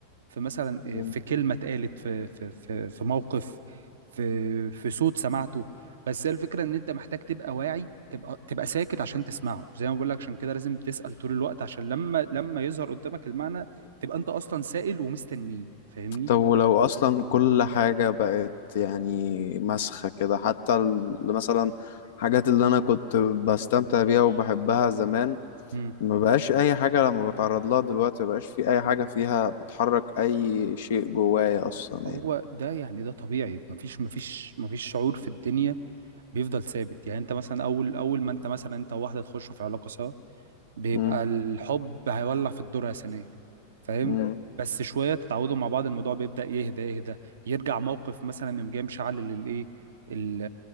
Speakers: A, on the right; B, on the left.
A: في مثلا آه،
B: مم.
A: في كلمة اتقالت في في في في موقف في في صوت سمعته بس هي الفكرة ان انت محتاج تبقى واعي تبقى تبقى ساكت عشان تسمعه زي ما بقول لك عشان كده لازم تسأل طول الوقت عشان لما لما يظهر قدامك المعنى تبقى انت اصلا سائل ومستنيه فاهمني؟
B: طب ولو اصلا كل حاجه بقت يعني مسخه كده حتى ال- مثلا حاجات اللي انا كنت بستمتع بيها وبحبها زمان
A: مم.
B: ما بقاش اي حاجة لما بتعرض لها دلوقتي ما بقاش في اي حاجة فيها بتحرك اي شيء جوايا
A: ما
B: اصلا
A: هو
B: يعني
A: ده يعني ده طبيعي مفيش مفيش مفيش شعور في الدنيا بيفضل ثابت يعني انت مثلا اول اول ما انت مثلا انت وواحده تخشوا في علاقه سوا بيبقى
B: امم
A: الحب هيولع في الذرة الثانية فاهم
B: امم
A: بس شوية تتعودوا مع بعض الموضوع بيبدأ يهدى يهدى يرجع موقف مثلا يوم جاي مشعل للإيه ال-